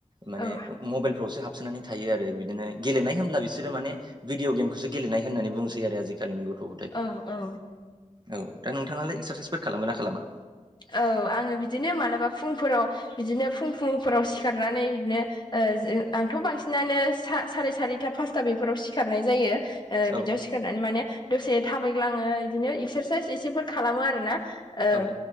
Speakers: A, on the right; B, on the left.
A: माने
B: औ
A: मबेलफ्रावसो हाबसोनानै थायो आरो बिदिनो गेलेनाय होमब्ला बिसोर माने भिडिअ गेमखौसो गेलेनाय होनानै बुंसै आजि कालिनि गथ' गथायफोरा
B: औ औ
A: औ। दा नोंथाङालाय एक्सासायस फोर खालामो ना खालामा?
B: औ आङो बिदिनो मालाबा फुंफोराव बिदिनो फुं फुंफोराव सिखारनानै बिदिनो ओ आंथ' बांसिनानो सा साराय सारिथा पासथा बेफोराव सिखारनाय जायो। ओ
A: औ
B: बिदियाव सिखारनानै माने दसे थाबायग्लाङो इदिनो एक्सारसाइस एसेफोर खालामो आरो ना। ओं।
A: औ